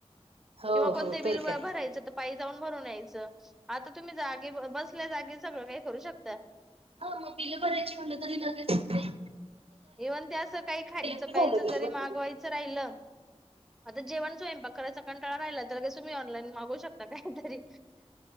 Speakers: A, on the right (about 60°); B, in the centre.
A: हो
B: किंवा कोणत
A: हो तर
B: बिल
A: काय
B: भरायचं तर पायी जाऊन भरून या्यायचं आता तुम्ही जागे बसल्या जागी सगळं काही करू शकता.
A: हा मग बिल भरायची म्हणलं तरी लगेच ते
B: इव्हन ते असं काही खायचं
A: की
B: प्यायच
A: झालं बिल
B: जरी
A: भरलं
B: मागवायचं राहिल ता जेवण स्वयंपाक करायचा कंटाळा राहिला तर तुम्ही ऑनलाईन मागू शकता काहीतरी.